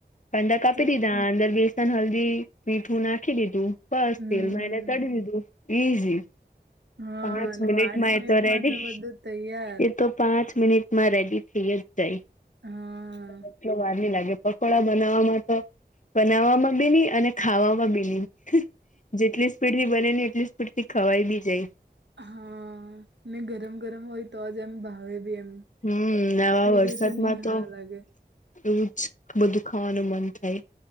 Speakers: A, on the left; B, on the right.
A: કાંદા કાપી
B: તો
A: દીધા અંદર બેસન હલ્દી મીઠું નાખી દીધું. બસ
B: હમ
A: તેલ માં એને તડી દીધું.
B: હા
A: પાંચ
B: અને
A: મિનિટ
B: પાંચ
A: માં
B: મિનિટમાં
A: એ તો રેડી
B: બધું તૈયાર
A: એતો પાંચ મિનિટ માં રેડી થઈ જ જાય.
B: હા
A: એટલો વારની લાગે પકોડા બનાવવામાં તો બનાવવામાં બી નહી અને ખાવામાં બી નહિ. જેટલી સ્પીડ થી બને ને એટલી સ્પીડ થી ખવાય બી જાય.
B: હા ને ગરમ ગરમ હોય તો જ એમ ભાવે ભી એમ.
A: હમ નવા
B: થઈ
A: વરસાદમાં
B: જાય ની હારા
A: તો
B: લાગે
A: એવું જ બધું ખાવાનું મન થાય